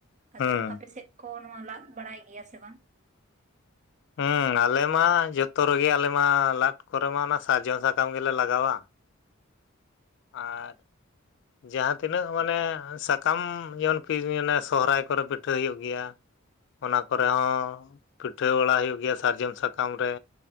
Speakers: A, on the right; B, on the left.
A: ᱟᱫᱚ
B: ᱦᱩᱸ
A: ᱟᱯᱮ ᱥᱮᱫ ᱠᱚ ᱱᱚᱣᱟ ᱞᱟᱫ ᱵᱟᱲᱟᱭ ᱜᱮᱭᱟ ᱥᱮ ᱵᱟᱝ?
B: ᱦᱩᱸ ᱟᱞᱮ ᱢᱟ ᱡᱚᱛᱚ ᱨᱮᱜᱮ ᱟᱞᱮ ᱢᱟ ᱞᱟᱫ ᱠᱚᱨᱮ ᱢᱟ ᱚᱱᱟ ᱥᱟᱨᱡᱚᱢ ᱥᱟᱠᱟᱢ ᱜᱮᱞᱮ ᱞᱟᱜᱟᱣᱟ ᱟᱨ ᱡᱟᱦᱟᱸ ᱛᱤᱱᱟᱹᱜ ᱢᱟᱱᱮ ᱥᱟᱠᱟᱢ ᱡᱮᱢᱚᱱ ᱠᱤ ᱥᱚᱦᱚᱨᱟᱭ ᱠᱚᱨᱮ ᱯᱤᱴᱷᱟᱹ ᱦᱩᱭᱩᱜ ᱜᱮᱭᱟ ᱾ ᱚᱱᱟ ᱠᱚᱨᱮ ᱦᱚᱸ ᱯᱤᱴᱷᱟᱹ ᱵᱟᱲᱟ ᱦᱩᱭᱩᱜ ᱜᱮᱭᱟ ᱥᱟᱨᱡᱚᱢ ᱥᱟᱠᱟᱢ ᱨᱮ,